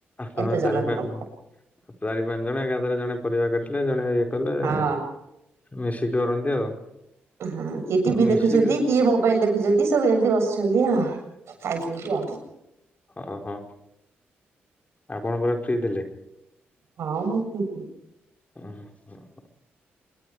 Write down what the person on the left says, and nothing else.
ହଁ
ଚାରି
ପାଞ୍ଚ ଜଣ ଚାରି ପାଞ୍ଚ ଜଣ ଏକାଥରେ ଜଣେ ପରିବା କାଟିଲେ ଜଣେ କଲେ
ମିଶିକି କରନ୍ତି ଆଉ।
ଆଉ ମିଶିକି
ଅ ହ। ଆପଣ କଣ ଫ୍ରି ଥିଲେ?
ଓ ହ ହ।